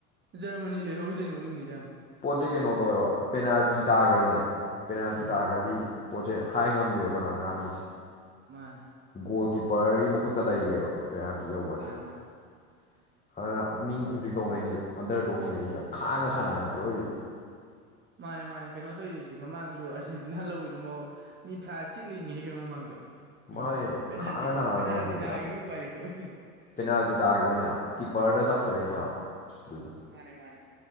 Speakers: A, on the right (about 25°); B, on the left (about 15°).
A: ꯖꯔꯃꯅꯤ ꯂꯩꯍꯧꯔꯤꯗꯨ ꯑꯩꯟ ꯅꯣꯛꯅꯤꯡꯉꯤꯖꯦ ꯌꯥꯝ ꯫
B: ꯄꯣꯠꯇꯤ ꯀꯩꯅꯣ ꯇꯧꯋꯦꯕ ꯄꯦꯅꯥꯜꯇꯤ ꯇꯥꯒꯔ꯭ꯗꯤꯅꯦ ꯫ ꯄꯦꯅꯥꯜꯇꯤ
A: ꯎꯝ
B: ꯇꯥꯒꯔ꯭ꯗꯤ ꯄꯣꯠꯁꯦ ꯍꯥꯏ ꯉꯝꯗ꯭ꯔꯦꯕ ꯀꯅꯥ ꯀꯅꯤꯁꯦ ꯫
A: ꯃꯥꯅꯦ
B: ꯒꯣꯜ ꯀꯤꯞꯄꯔꯒꯤ ꯃꯈꯨꯠꯇ ꯂꯩꯒꯔ꯭ꯦꯕ ꯄꯦꯅꯥꯜꯇꯤ ꯌꯧꯒꯔ꯭ꯗꯤ
A: ꯃꯥꯅꯦ
B: ꯫
A: ꯃꯥꯅꯦ
B: ꯑꯗꯨꯅ ꯃꯤ ꯍꯨꯖꯤꯛ ꯇꯧꯅꯩꯖꯦ ꯑꯟꯗꯔ ꯗꯣꯛꯁꯤꯡꯉꯩꯁꯤꯅ ꯈꯥꯡꯉꯒ ꯁꯥꯟꯅꯔꯤꯅꯦ ꯑꯔꯣꯏꯕꯤ꯫
A: ꯃꯥꯅꯦ ꯃꯥꯅꯦ ꯀꯩꯅꯣ ꯇꯧꯔꯤꯖꯤꯗꯤ ꯃꯃꯥꯡꯖꯨ ꯑꯥꯔꯖꯦꯟꯇꯤꯅꯥ ꯂꯧꯋꯤꯗꯨꯝ ꯃꯤ ꯐ꯭ꯔꯥꯟꯁ ꯊꯤꯟ ꯂꯤꯡꯉꯤꯅꯤ ꯀꯩꯅꯣ ꯃꯃꯥꯡꯖꯨ ꯫ ꯎꯝ
B: ꯃꯥꯅꯦ
A: ꯄꯦꯅꯥꯟꯇꯤ
B: ꯈꯥꯡꯉ ꯁꯥꯟꯅꯕꯩꯅꯦ
A: ꯄꯦꯅꯥꯜꯇꯤ
B: ꯑꯥꯔꯖꯦꯟꯇꯤꯅꯥ
A: ꯇꯥꯒꯤꯕꯩ ꯎꯄꯥꯏ ꯂꯩꯇꯕꯩꯅꯦ꯫
B: ꯄꯦꯅꯥꯜꯇꯤ ꯇꯥꯒꯤꯕꯩꯅꯦ ꯍꯥꯏꯕ ꯀꯤꯞꯄꯔꯗ ꯆꯠꯈꯤꯕꯩꯅꯦ ꯍꯥꯏꯕ ꯁ꯭ꯀꯤꯜꯗꯣ꯫
A: ꯃꯥꯅꯦ ꯃꯥꯅꯦ